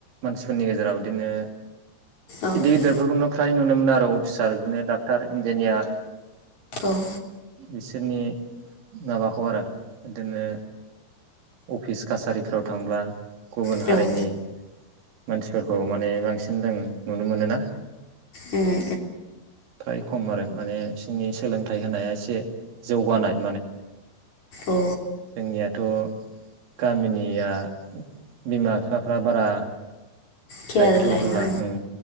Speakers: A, on the right; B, on the left.
A: मानसिफोरनि गेजेराव बिदिनो
B: औ
A: गिदिर गिदिरफोरखौनो फ्राय नुनो मोनो आरो अफिसार बिदिनो डाक्टार इन्जिनियार
B: औ
A: बिसोरनि माबाखौ आरो बिदिनो अफिस कासारिफोराव थांब्ला गुबुन
B: औ
A: हारिनि
B: उम
A: मानसिफोरखौ माने बांसिन दों नुनो मोनो ना
B: उम
A: थाय खम आरो माने बिसनि सोलोंथाइ होनाया एसे जौगानाय। माने
B: औ
A: जोंनियाथ' गामिनिया बिमा बिफाफ्रा बारा
B: केयार
A: दायथ'
B: लाया
A: होला ओं।